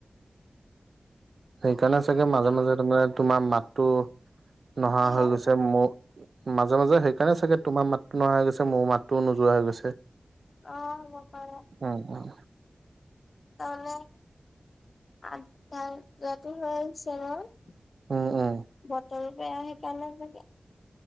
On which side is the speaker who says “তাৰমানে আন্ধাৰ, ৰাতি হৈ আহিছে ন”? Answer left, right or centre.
Left